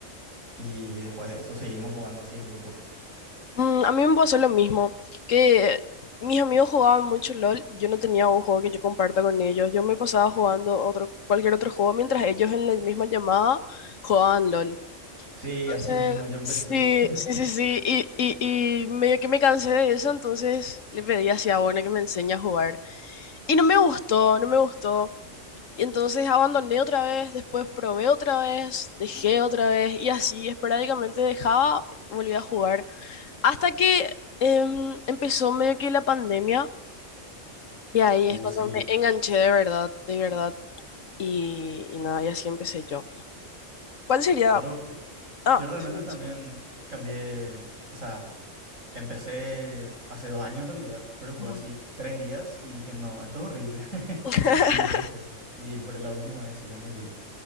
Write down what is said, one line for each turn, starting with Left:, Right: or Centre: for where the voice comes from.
Right: Y después de eso seguimos jugando así en grupo.
Left: Mm, a mí me pasó lo mismo, que mis amigos jugaban mucho LOL, yo no tenía un juego que yo comparta con ellos, yo me pasaba jugando otro, cualquier otro juego mientras ellos en la misma llamada jugaban LOL.
Right: Sí,
Left: Entonces,
Right: así mismo yo empecé.
Left: sí,
Right: <laughs>
Left: sí, sí, sí, y, y, y medio que me cansé de eso, entonces le pedí así a Bona que me enseñe a jugar. Y no me gustó, no me gustó. Y entonces abandoné otra vez, después probé otra vez, dejé otra vez, y así esporádicamente dejaba, volví a jugar. Hasta que em, empezó medio que la pandemia, y ahí
Right: Uh,
Left: es cuando
Right: sí.
Left: me enganché de verdad, de verdad, y, y nada, y así empecé yo. ¿Cuál sería?
Right: Yo,
Left: Ah,
Right: yo realmente
Left: eso me-
Right: también
Left: eso
Right: cambié, o sea, empecé hace dos años en realidad, pero jugué
Left: Ujú.
Right: así tres días y dije, no, esto es horrible. <laughs>
Left: <laughs>
Right: Y dije, "Bueno". y por la última vez sí ya me quedé.